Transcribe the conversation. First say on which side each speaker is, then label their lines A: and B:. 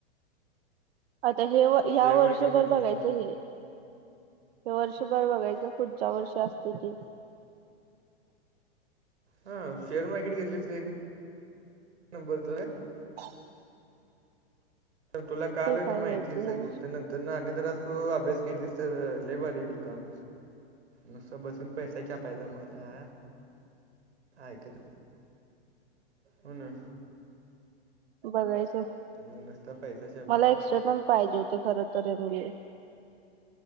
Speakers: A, on the right (about 60°); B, on the right (about 85°).
A: आता हे ह्या
B: शेअर
A: वर्षभर
B: मार्केटमधली
A: बघायचं हे. हे वर्षभर बघायचं पुढच्या वर्ष असते ते.
B: हा शेअर मार्केट घेतली तर एक <unintelligible>
A: ह <unintelligible>
B: तुला काल
A: काय
B: माहिती
A: घ्यायचं
B: सगळी तर नंतर तर आणि जरा अस अभ्यास केलीस तर लेय भारी होईल काम. नुसतं बसून पैसा छापायचं मग, अ हाय तर. हो न.
A: बघायच,
B: मग नुसता पैसा छाप
A: मला
B: आहे
A: एक्स्ट्रेनल. पाहिजे होत खर तर एम बी ए.